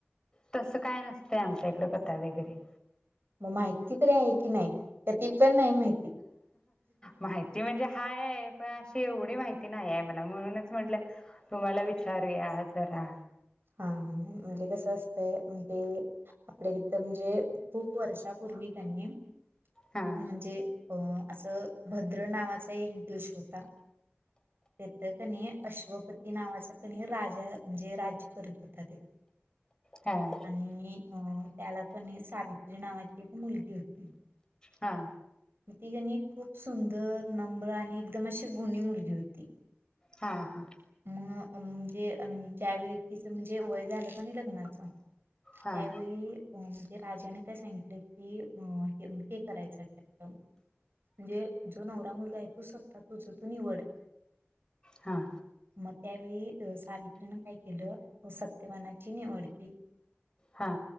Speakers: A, on the left; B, on the right.
A: -तस काय नसतय आमच्या इकड कथा वेगैरे
B: म माहिती तरी आहे की नाही? का ते पण नाही माहित
A: माहिती म्हणजे हाय -पण अशी तेवढी माहिती नाही आहे मला -म्हणूनच म्हटलं तुम्हाला विचारूया -जरा.
B: हा हा म्हणजे कसं असतंय? म्हणजे आपल्या इथं म्हणजे, खूप वर्षापूर्वी कणी
A: हा
B: म्हणजे अ आसं भद्र नावाचा एक देश होता, तिथकणी अश्वपती नावाचा कणी राजा म्हणजे राज्य करत होता तिथं.
A: हा
B: आणि. हो त्याला कणी सावित्री नावाची एक मुलगी होती.
A: हा
B: ती कणी खूप सुंदर नम्र आणि एकदम अशी गुणी मुलगी होती.
A: हा हा
B: म म्हणजे आणि त्यावेळी तिचं म्हणजे वय झालं क नाही लग्नाचं.
A: हा
B: त्यावेळी अम राजाने काय सांगितलं की अ हे करायचं त्याचा, म्हणजे जो नवरा मुलगा आहे तो स्वतः तुझ तू निवड.
A: हा
B: म त्यावेळी सारी त्यांना काही केलं व सत्यवानाची निवड केली.
A: हा.